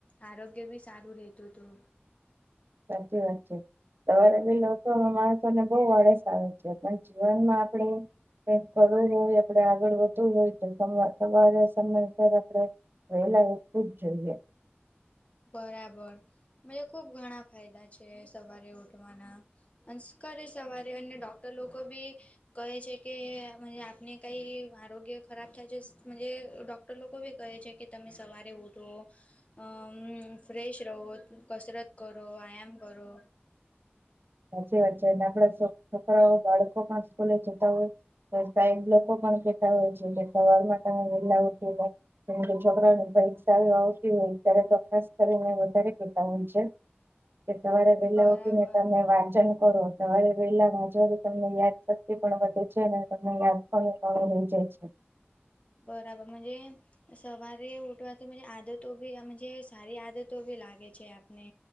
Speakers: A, on the left; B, on the right.
A: આરોગ્ય બી સારું રેતું તું
B: સાચી વાત છે. સવારે વેલા ઉઠાવામાં માણસોં ને બહુ આળસ આવે છે પણ જીવનમાં આપણે કઈક કરવુ હોય આપણે આગળ વધવું હોય તો સમય <unintelligible> આપણે વહેલા ઉઠવું જ જોઈએ.
A: બરાબર <unintelligible> ઘણા ફાયદા છે સવારે ઉઠવાના <unintelligible> સવારે અને ડોક્ટર લોકો બી કહે છે કે આપને કઈ આરોગ્ય ખરાબ થાય છે <unintelligible> લોકો બી કહે છે કે તમે સવારે ઉઠો હમ. ફ્રેશ રહો કસરત કરો, આયામ કરો
B: સાચી વાત છે અને આપડા છોકરાઓ બાળકો પણ સ્કૂલે જતા હોય. સાહેબ લોકો પણ કેતા હોય છે કે સવાર માં તમે વેલા ઉઠી જાવ. એ છોકરાવો ને પરીક્ષાઆઓ આવતી હોય ત્યારે તો ખાસ કરીને વધારે ચિંતા હોય છે. કે સવારે વહેલા
A: બરાબર
B: ઉઠીને તમે વાંચન કરો સવારે વેલા વાંચવથી તમને યાદ શક્તિ પણ વધે છે અને તમને યાદ હ <unintelligible> જાય છે.
A: બરાબર મન્જે, સવારે ઉઠવાથી મજે આદતો બી આમ જે સારી આદતો ભી લાગે છે આપને,